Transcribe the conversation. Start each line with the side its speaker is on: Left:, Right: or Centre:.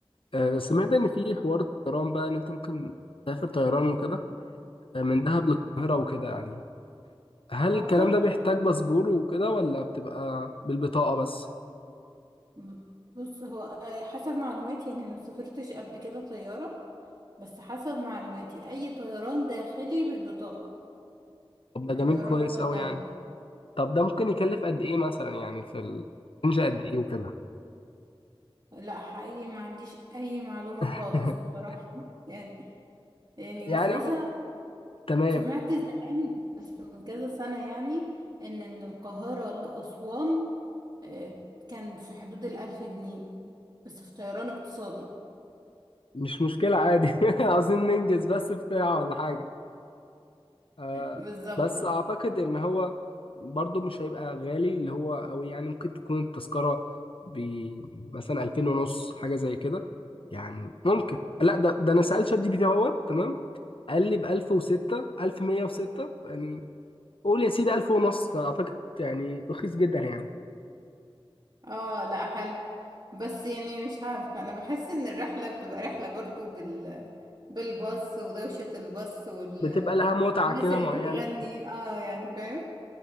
Left: آه، سمعت ان في حوار الطيران بقى ان انت ممكن تسافر طيران وكده آه، من دهب للقاهرة وكده يعني هل
Right: أعتقد
Left: الكلام ده بيحتاج باسبور وكده ولا بتبقى بالبطاقة بس
Right: ب- بص هو آه، حسب معلوماتي يعني أنا مسافرتش قبل كده طيارة بس حسب معلوماتي أي طيران داخلي بالبطاقة
Left: طب ده جميل
Right: طيران
Left: كويس
Right: جوه الدولة
Left: قوي يعني طب ده ممكن يكلف قد ايه مثلا يعني في الرينج قد ايه وكده
Right: لا حقيقي ما عنديش أي معلومة
Left: <laughs>
Right: خالص بصراحة <laughs> يعني يعني
Left: يعني
Right: بس مثلا
Left: تمام
Right: سمعت زمان بس من كذا سنة يعني إن من القاهرة لأسوان آه، كان في حدود الألف جنيه بس في طيران اقتصادي
Left: مش مشكلة عادي <laughs> عاوزين ننجز بس بتاع ولا حاجة آه
Right: بالظبط
Left: بس اعتقد ان هو برضه مش هيبقى غالي اللي هو او يعني ممكن تكون التذكرة ب مثلا 2000 ونص حاجة زي كده يعني ممكن لا ده ده انا سألت شات جي بي تي اهوت تمام قال لي ب 1006 1106 يعني قول يا سيدي 1000 ونص فاعتقد يعني رخيص جدا يعني
Right: اه لا حلو بس يعني مش عارفة أنا بحس إن الرحلة بتبقى رحلة برضو بال بالباص ودوشة الباص والناس
Left: بتبقى لها متعة كده
Right: اللي
Left: معينة
Right: بتغني اه يعني فاهم